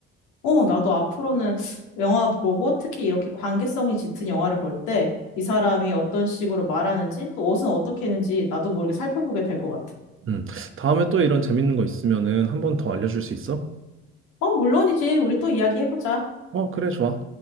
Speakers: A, on the left; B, on the right.
A: 어, 나도 앞으로는 영화 보고 특히 이렇게 관계성이 짙은 영화를 볼 때 이 사람이 어떤 식으로 말하는지 또 옷은 어떻게 했는지 나도 모르게 살펴보게 될 것 같아.
B: 음 다음에 또 이런 재밌는 거 있으면은 한 번 더 알려줄 수 있어?
A: 어, 물론이지. 우리 또 이야기해보자.
B: 어 그래 좋아.